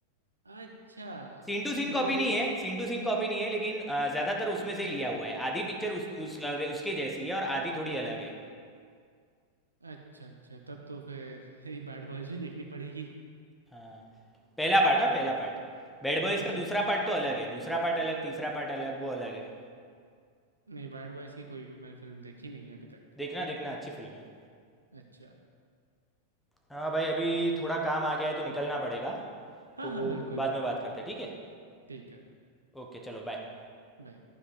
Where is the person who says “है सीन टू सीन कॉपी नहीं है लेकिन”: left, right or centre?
Centre